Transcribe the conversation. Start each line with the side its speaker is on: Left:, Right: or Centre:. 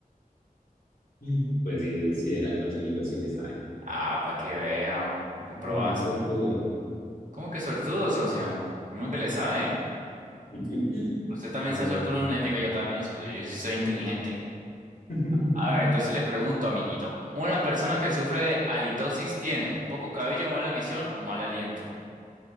Left: <laughs> Pues sí, socio, sí, era el Pacífico, sí le sabe.
Right: Ah, para que vean. Unas
Left: Está
Right: probas.
Left: como muy suertudo.
Right: ¿Cómo que suertudo, socio? Uno que le sabe.
Left: <laughs>
Right: Usted también
Left: A ver.
Right: se ha suelto en una ética, yo también, socio, yo sí soy inteligente.
Left: <laughs>
Right: A ver, entonces le pregunto, amiguito, ¿una persona que sufre de halitosis tiene poco cabello, mala visión o mal aliento?